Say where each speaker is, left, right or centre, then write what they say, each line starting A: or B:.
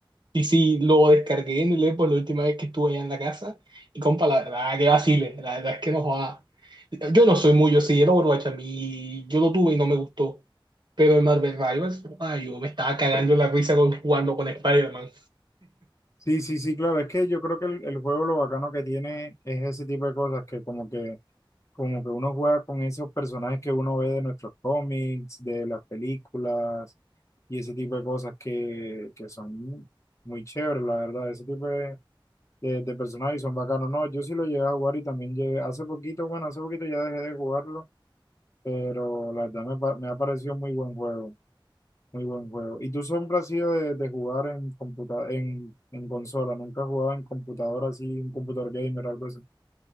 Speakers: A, on the right; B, on the left.
A: Y sí, lo descargué en el Xbox la última vez que estuve allá en la casa. Y compa, la verdad que vacile, la verdad es que no joda. Yo no soy muy, yo sí, el Overwatch a mí, yo lo tuve y no me gustó. Pero el Marvel Rivals, ay, yo me estaba cagando en la risa con- jugando con Spider-Man.
B: Sí, sí, sí, claro, es que yo creo que el, el juego lo bacano que tiene es ese tipo de cosas que como que Como que uno juega con esos personajes que uno ve de nuestros cómics, de las películas y ese tipo de cosas que, que son muy chéveres, la verdad. Ese tipo de, de, de personajes son bacanos. No, yo sí lo llegué a jugar y también llegué, hace poquito, bueno, hace poquito ya dejé de jugarlo, pero la verdad me, pa- me ha parecido muy buen juego, muy buen juego. ¿Y tú siempre has sido de, de jugar en, computa en, en consola? ¿Nunca has jugado en computadora así, un computador gamer, algo así?